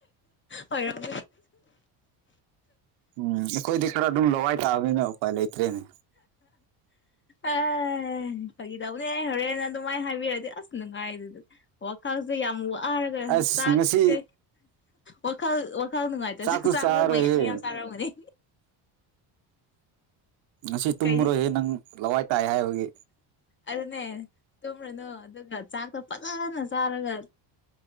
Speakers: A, on the left (about 25°); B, on the right (about 70°).
A: ꯍꯔꯝ
B: ꯎꯝ ꯑꯩꯈꯣꯏꯗꯤ ꯈꯔ ꯑꯗꯨꯝ ꯂꯋꯥꯏ ꯇꯥꯛꯑꯕꯅꯤꯅ ꯎꯄꯥꯏ ꯂꯩꯇ꯭ꯔꯦꯅꯦ
A: ꯑꯦ ꯐꯒꯤꯗꯧꯅꯦ ꯍꯣꯔꯦꯟꯦꯟ ꯑꯗꯨꯃꯥꯏꯅ ꯍꯥꯏꯕꯤꯔ ꯗꯤ ꯑꯁ ꯅꯨꯡꯉꯥꯏꯗ ꯋꯥꯈꯥꯛꯁꯦ ꯌꯥꯝ ꯋꯥꯔꯒ
B: ꯑꯁ
A: ꯆꯥꯛꯁꯦ
B: ꯉꯁꯤ
A: ꯋꯥꯈꯜ ꯋꯥꯈꯜ ꯅꯨꯡꯉꯥꯏꯇ꯭ꯔꯁꯨ
B: ꯆꯥꯛꯁꯨ
A: ꯆꯥꯛꯗ
B: ꯆꯥꯔꯣꯏꯍꯦ
A: ꯃ ꯌꯥꯝ ꯌꯥꯝ ꯆꯥꯔꯝꯒꯅꯤ
B: ꯉꯁꯤ ꯇꯨꯝꯃꯔꯣꯏꯍꯦ
A: ꯀꯩ
B: ꯅꯪ ꯂꯋꯥꯏ ꯇꯥꯏ ꯍꯥꯏꯕꯒꯤ
A: ꯑꯗꯨꯅꯅꯦ ꯇꯨꯝꯂꯅꯨ ꯑꯗꯨꯒ ꯆꯥꯛꯇ ꯐꯖꯅ ꯆꯥꯔꯒ